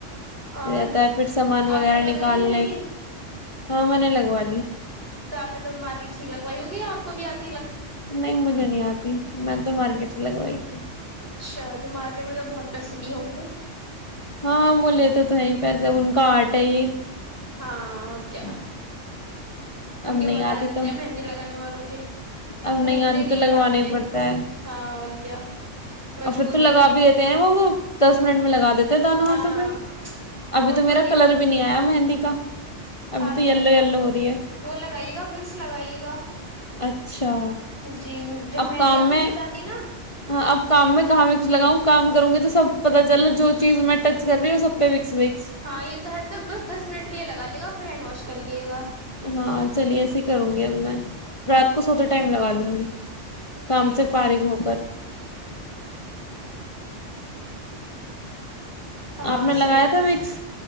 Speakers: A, on the right; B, on the left.
A: اور
B: رہتا ہے پھر سامان
A: آپ
B: وغیرہ
A: نے لگا
B: نکالنے
A: لی مہندی
B: ہاں میں نے لگوا لی <unintelligible>
A: تو آپ نے تو مارکیٹ سی لگوائی ہوگی آپ کو بھی یاد
B: نہیں مجھے نہیں آتی میں تو مارکیٹ ہی لگوائی تھی
A: اچھا تو مارکیٹ میں تو بہت پیس لیے ہوں گے
B: ہاں وہ لیتے تو ہے پیسے ان کا آرٹ ہے یہ
A: ہاں اورو کیا ن ان
B: اب
A: کے
B: نہیں
A: مزے
B: آتی
A: آ جاتے
B: تو
A: ہیں مہندی لگانے والوں
B: اب
A: بوب
B: نہیں
A: لیڈیز
B: تو لگوانا
A: آتی
B: ہی
A: ہے
B: پڑتا
A: ہاں اور کیا مجبوریاں
B: اور پھر تو لگا
A: لگوانی
B: بھی دیتے
A: تو
B: ہیں وہ دس منٹ میں لگا دیتے دونوں
A: ہاں
B: ہاتھوں پہ ابھی
A: ان
B: تو
A: کو
B: میرا کلر بھی نہیں آیا مہندی کا ابھی
A: آ
B: تو
A: جائے
B: یلو
A: گا
B: یلو ہو رہی ہے
A: وہ لگائیے گا وکس لگائیے گا
B: اچھا
A: جی جب
B: اب
A: میںریی
B: کام
A: آپ نے
B: میں
A: چھٹا دی نا
B: ہاں اب کام میں کہاں وکس لگاؤں کام کروں گی تو سب پتا چل جو چیز میں ٹچ کر رہی ہوں سب پہ وکس وکس
A: ہاں یہ تو ہے تو بس دس منٹ کے لیے لگ لے گا پھر ہینڈ واش کر لیے گا
B: ہاں چلیے ایسے ہی کروں گی اب میں رات کو سوتے ٹائم لگا لوں گی کام
A: جی
B: سے فارغ ہو کر
A: ہاں
B: آپ نے لگایا
A: صحیح ہے
B: تھا وکس